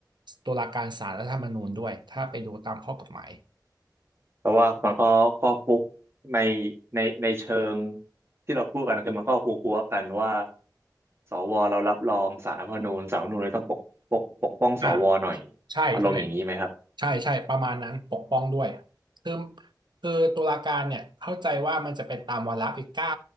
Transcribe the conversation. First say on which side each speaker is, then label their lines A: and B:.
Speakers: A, on the right (about 80°); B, on the right (about 35°).
A: ตุลาการศาลรัฐธรรมนูญด้วยถ้าไปดูตามข้อกฎหมาย
B: แต่ว่ามันก็ก็ฟุกในในในเชิงที่เราพูดกันคือมันก็หัวหัวกันว่าสวเรารับรองศาลรัฐธรรมนูญศาลรัฐธรรมนูญเลยต้องปกปกปกป้องสวหน่อย
A: อ่าใช่ใช่
B: อารมณ์อย่างนี้ไหมครับ
A: ใช่ใช่ประมาณนั้นปกป้องด้วยคือคือตุลาการเนี่ยเข้าใจว่ามันจะเป็นตามวาระอีกเก้า